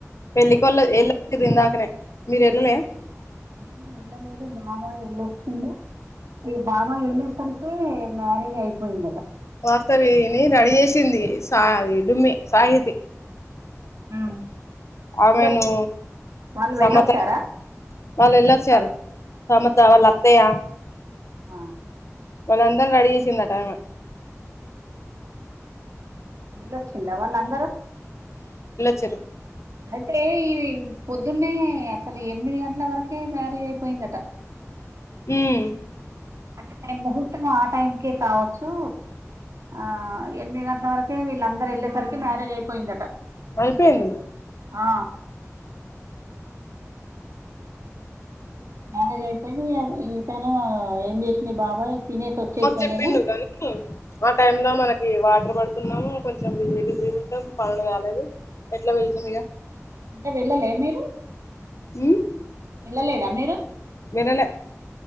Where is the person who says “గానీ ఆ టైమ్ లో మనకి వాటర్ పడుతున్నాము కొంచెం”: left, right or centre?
Left